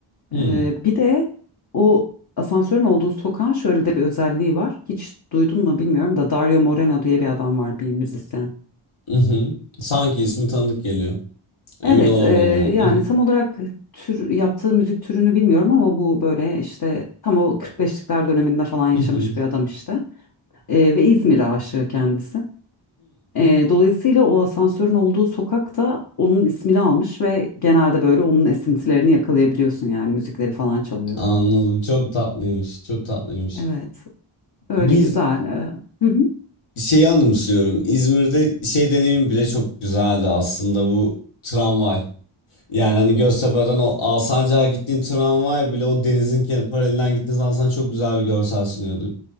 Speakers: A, on the left (about 75°); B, on the left (about 45°).
A: Hı
B: Eee, bir de o asansörün olduğu sokağın şöyle de bir özelliği var. Hiç duydun mu bilmiyorum da Dario Moreno diye bir adam var bir müzisyen.
A: hı, Sanki ismi tanıdık geliyor. Emin
B: Evet,
A: olamadım
B: e,
A: ama.
B: yani
A: Hı hı,
B: tam olarak tür yaptığı müzik türünü bilmiyorum ama bu böyle işte tam o 45'likler döneminde falan yaşamış
A: hı hı,
B: bir adam işte. E, ve İzmir aşığı kendisi. E, dolayısıyla o asansörün olduğu sokak da onun ismini almış ve genelde böyle onun esintilerini yakalayabiliyorsun yani müzikleri falan çalıyor.
A: Anladım. Çok tatlıymış. Çok tatlıymış.
B: Evet, öyle
A: Biz
B: güzel. E, hı hı,
A: şeyi anımsıyorum. İzmir'de şey deneyim bile çok güzeldi aslında bu tramvay. Yani hani Göztepe'den o Alsancak'a gittiğin tramvay bile o denizin kenar- paralelinden gittiğin zaman sana çok güzel bir görsel sunuyordu.